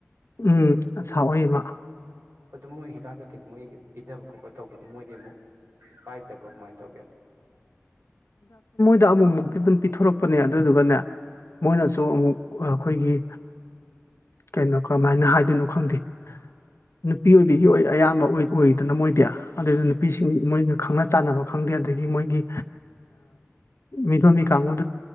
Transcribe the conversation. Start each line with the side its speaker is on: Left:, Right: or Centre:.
Left: ꯎꯝ ꯑꯁꯥ ꯍꯣꯏ ꯃꯥ
Right: ꯑꯗꯨꯝ ꯃꯣꯏ ꯍꯤꯗꯥꯛ ꯀꯩꯀꯩꯗꯤ ꯃꯣꯏ ꯄꯤꯗꯕ ꯈꯣꯠꯄ ꯇꯧꯕꯗ ꯃꯣꯏꯗꯤ ꯑꯃꯨꯛ <unintelligible> ꯀꯃꯥꯏꯅ ꯇꯧꯒꯦ
Left: ꯑꯗꯨ ꯑꯃꯨꯛꯃꯨꯛꯇꯤ ꯑꯗꯨꯝ ꯄꯤꯊꯣꯔꯛꯄꯅꯦ ꯑꯗꯨꯗꯨꯒꯅꯦ ꯃꯣꯏꯅꯁꯨ ꯑꯃꯨꯛ ꯑꯩꯈꯣꯏꯒꯤ ꯀꯩꯅꯣ ꯀꯃꯥꯏꯅ ꯍꯥꯏꯗꯣꯏꯅꯣ ꯈꯪꯗꯦ ꯅꯨꯄꯤ ꯑꯣꯏꯕꯤꯒꯤ ꯑꯣꯏ ꯑꯌꯥꯝꯕ ꯑꯣꯏ ꯑꯣꯏꯗꯅ ꯃꯣꯏꯗꯤ ꯑꯗꯨꯗ ꯅꯨꯄꯤꯁꯤꯡ ꯃꯣꯏꯒ ꯈꯪꯅ ꯆꯥꯟꯅꯕ ꯈꯪꯗꯦ ꯑꯗꯒꯤ ꯃꯣꯏꯒꯤ ꯃꯤꯠꯄꯕꯤ ꯀꯥꯡꯕꯨ